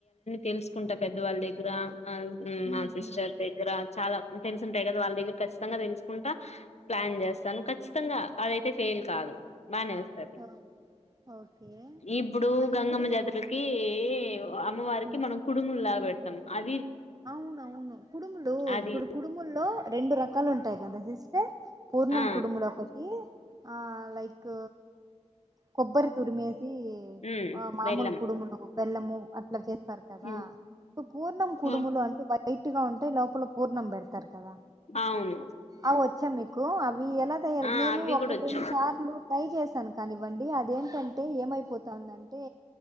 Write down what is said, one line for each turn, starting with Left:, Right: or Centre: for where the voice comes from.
Left: తెలుసుకుంటా పెద్ద వాళ్ళ దగ్గర ఇరా ఆ
Right: ఉమ్
Left: మ సిస్టర్
Right: ఉమ్
Left: పె చాలా తెలుసుంటాయి కదా వాళ్ళ దగ్గర ఖచ్చితంగా తెలుసుకుంటా ప్లాన్ చేస్తాను ఖచ్చితంగా అదైతే ఫెయిల్ కాదు. బానే వెస్తారు
Right: ఓ- ఓకే
Left: ఇప్పుడు
Right: ఆ
Left: గంగమ్మ
Right: ఇప్పుడు
Left: జాతరకి అమ్మవారికి
Right: ఉమ్
Left: మనం కుడుము లా పెడ్ అ
Right: అవునవును కుడుములో
Left: అది
Right: ఇప్పుడు కుడుముల్లో. రెండు రకాలు ఉంటాయి కదా సిస్టర్ పూర్ణం
Left: ఆ
Right: కుడుములు ఆ లైక్ కొబ్బరి తురుము వేసి వేసి
Left: హ్మ్
Right: ఆ మామూలు
Left: బెల్లం
Right: కుడుములు బెల్లము చేస్తారు కదా
Left: హ్మ్.
Right: పూర్ణం కుడుములు
Left: ఆ!
Right: అంటే వెరైటీగా ఉంటాయి లోపల పూర్ణం పెడతారు కదా
Left: అవును
Right: అ వచ్చా మీకు ఆం అవి ఎలా తయారు
Left: ఆ
Right: నేను
Left: అవి
Right: ఒకటి
Left: కూడా వచ్చు.
Right: రెండు సార్లు ట్రై చేసాను కానివ్వండి అది ఏంటంటే ఏమైపోతందంటే